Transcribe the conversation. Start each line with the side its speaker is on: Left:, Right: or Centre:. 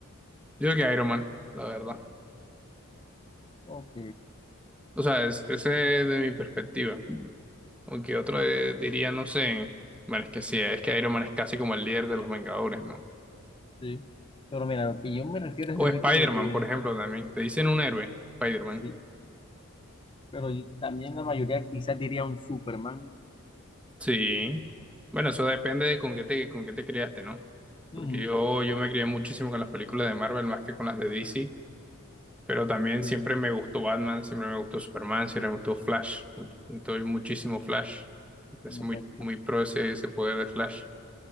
Centre: Yo creo que Iron Man, la verdad.
Left: Ok,
Centre: O sea, es, ese es de mi perspectiva. Aunque otro eh, diría, no sé. Bueno, es que sí, es que Iron Man es casi como el líder de los Vengadores, ¿no?
Left: sí. Pero mira, lo que yo me refiero
Centre: O
Left: es el
Centre: Spider-Man,
Left: hecho de que
Centre: por ejemplo, también. Te dicen un héroe, Spider-Man.
Left: sí, Pero y- también la mayoría quizás diría un Superman,
Centre: Sí. Bueno, eso depende de con qué te, con qué te criaste, ¿no?
Left: Ujú,
Centre: Porque yo, yo me crié muchísimo con las películas de Marvel más que con las de DC, pero también
Left: sí,
Centre: siempre me gustó Batman, siempre me gustó Superman, siempre me gustó Flash, much- mucho- muchísimo Flash. Me parece
Left: en efecto.
Centre: muy, muy pro ese, ese poder de Flash.